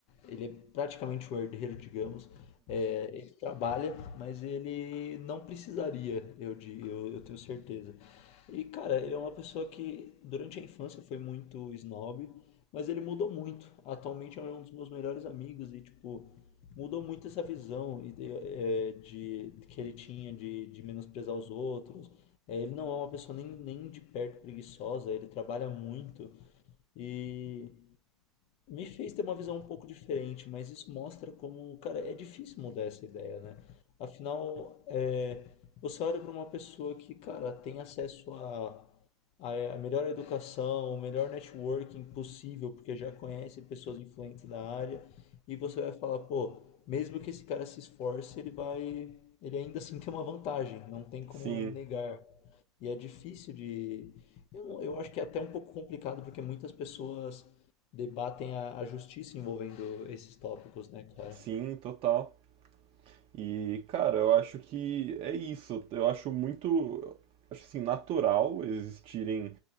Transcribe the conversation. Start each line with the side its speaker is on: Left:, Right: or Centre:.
Left: Ele é praticamente o herdeiro, digamos. É, ele trabalha, mas ele não precisaria, eu, di- eu, eu tenho certeza. E, cara, ele é uma pessoa que durante a infância foi muito snob, mas ele mudou muito. Atualmente é um dos meus melhores amigos e, tipo, mudou muito essa visão e de, é, de- que ele tinha de, de menosprezar os outros. É, ele não é uma pessoa nem, nem de perto preguiçosa, ele trabalha muito e me fez ter uma visão um pouco diferente, mas isso mostra como, cara, é difícil mudar essa ideia, né? Afinal, é, você olha para uma pessoa que, cara, tem acesso a, a, a melhor educação, o melhor networking possível, porque já conhece pessoas influentes da área, e você vai falar, pô, mesmo que esse cara se esforce, ele vai, ele ainda assim tem uma vantagem, não tem como
Right: Sim,
Left: negar. E é difícil de, eu, não- eu acho que é até um pouco complicado porque muitas pessoas debatem a, a justiça envolvendo esses tópicos, né, cara?
Right: sim, total. E, cara, eu acho que é isso. Eu acho muito, acho assim, natural existirem